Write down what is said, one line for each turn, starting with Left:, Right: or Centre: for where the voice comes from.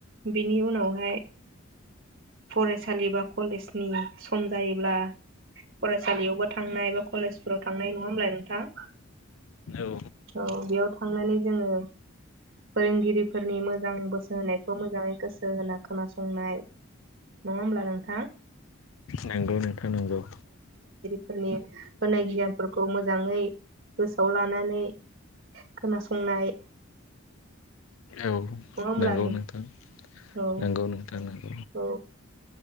Right: बिनि उनाव हाय फरायसालि बा कलेजनि सम जायोब्ला फरायसालियावबो थांनाय बा कलेजफोराव थांनाय नङा होमबा नोंथां?
Left: औ
Right: औ बेयाव थांनानै जोङो फोरोंगिरिफोरनि मोजां बोसो होनायखौ मोजाङै गोसो होना खोनासंनाय नङा होमब्ला नोंथां?
Left: नंगौ नोंथां नांगौ।
Right: फोरनि होनाय गियानफोरखौ मोजाङै गोसोआव लानानै खोनासंनाय
Left: औ
Right: नङा होमब्ला
Left: नंगौ नोंथां
Right: औ
Left: नंगौ नोंथां।
Right: औ।